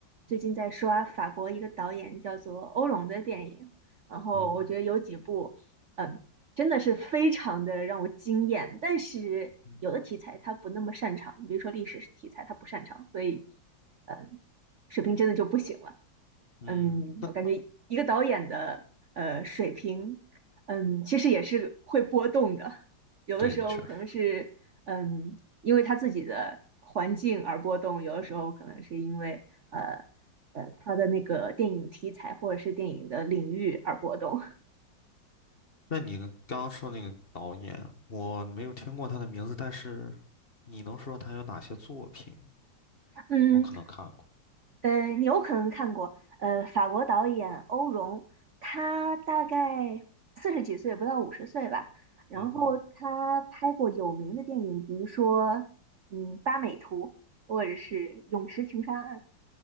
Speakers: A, on the right; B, on the left.
A: 最近在刷法国一个导演叫做欧龙的电影，然后我觉得有几部，
B: 嗯哼
A: 嗯，真的是非常的让我惊艳。但是有的题材他不那么擅长，
B: 嗯
A: 比如说历史题材他不擅长，所以，嗯，水平真的就不行了。
B: 嗯，
A: 嗯，
B: 那
A: 我感觉一个导演的呃水平，嗯，其实也是会波动的。有的时候可能是嗯，
B: 对，确实。
A: 因为他自己的环境而波动；有的时候可能是因为呃呃他的那个电影题材或者是电影的领域而波动。
B: 那你刚刚说那个导演，我没有听过他的名字，但是你能说他有哪些作品？
A: <laughs> 嗯，
B: 我可能看过。
A: 呃，你有可能看过，呃，法国导演欧容，他大概四十几岁，不到五十岁吧。然后他拍过有名的电影，
B: 嗯哼
A: 比如说，嗯，《八美图》或者是《泳池情杀案》，